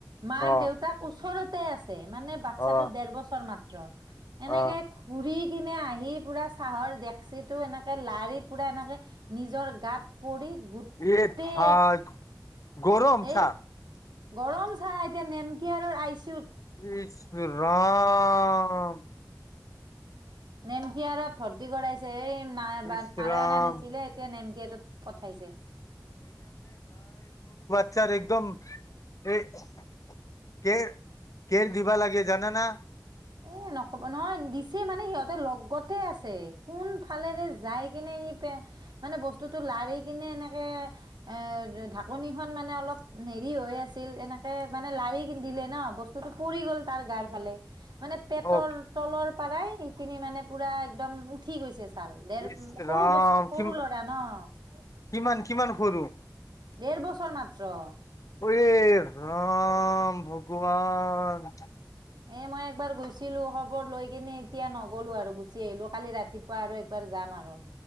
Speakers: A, on the right; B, on the left.
A: মাক-দেউতাক
B: অ
A: ওচৰতে আছে মানে বাচ্ছাতটো
B: অ
A: দেৰ বছৰ মাত্ৰ। এনেকে
B: অ
A: ঘুৰি কিনে আহি, পুৰা চাহৰ ডেক্সিটো এনেকে লাৰি পুৰা এনেকে নিজৰ গাত পৰি গোটেই
B: এই ভাই, গৰম
A: এই
B: চাহ।
A: গৰম চাহ, এতিয়া নেমকিয়াৰৰ আইচি ইউত
B: ইচ ৰাম
A: নেমকিয়াৰত ভৰ্তি কৰাইছে এই ন
B: ইচ
A: নাৰায়ণ
B: ৰাম
A: আ নিছিলে এতিয়া নেম গেটত পঠাইছে।
B: পিকচাৰ্ছৰ একদম এই কেৰ কেৰ দিবা লাগে জানানা
A: এ নক'ব নহয় দিছে, মানে সিহঁতে লগতে আছে। কোনফালেৰে যায় কিনে সি <unintelligible> মানে বস্তুটো লাৰি কিনে এনেকে এ ঢাকনিখন মানে অলপ হে দেৰি হৈ আছিল। এনেকে মানে লাৰি দিলে ন, বস্তুটো পৰি গ'ল তাৰ গাৰ ফালে। মানে পেটৰ
B: অ
A: তলৰ পৰাই, সেইখিনি মানে পুৰা একদম উঠি গৈছে। চাল। দেৰ
B: ইছ
A: সৰু
B: ৰাম
A: বছৰ, সৰু
B: কি
A: ল'ৰা ন।
B: কিমান কিমান সৰু?
A: দেৰ বছৰ মাত্ৰ
B: ঐ ৰাম ভগৱান।
A: এ মই একবাৰ গৈছিলো, খবৰ লৈ কেনে এতিয়া নগলো আৰু গুচি আহিলো, কালি ৰাতিপুৱা আৰু একবাৰ যাম আৰু